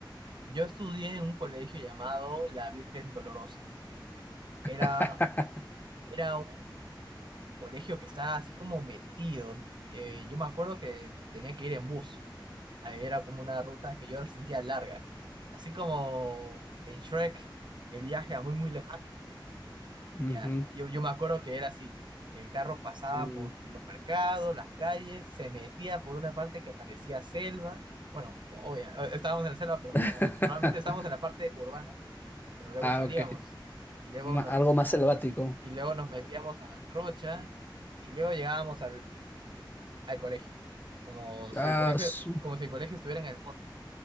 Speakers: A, on the right; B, on the left.
A: yo estudié en un colegio llamado La Virgen Dolorosa. Era,
B: <laughs>
A: era colegio que estaba así como metido. Eh, yo me acuerdo que tenía que ir en bus. Ahí era como una ruta que yo la sentía larga. Así como en Shrek, el viaje a muy, muy lejano.
B: Ujú.
A: Ya, yo, yo me acuerdo que era así, que el carro pasaba
B: uy.
A: por los mercados, las calles, se metía por una parte que parecía selva. Bueno, obvio, eh, estábamos en la selva, pero
B: <laughs>
A: o sea, normalmente estábamos en la parte urbana, pero luego
B: Ah,
A: salíamos
B: ok.
A: y luego
B: Ma-
A: nos
B: algo
A: meti-
B: más selvático.
A: y luego nos metíamos a la trocha y luego llegábamos al al colegio, como si
B: Ah,
A: el colegio,
B: su-
A: como si el colegio estuviera en el monte.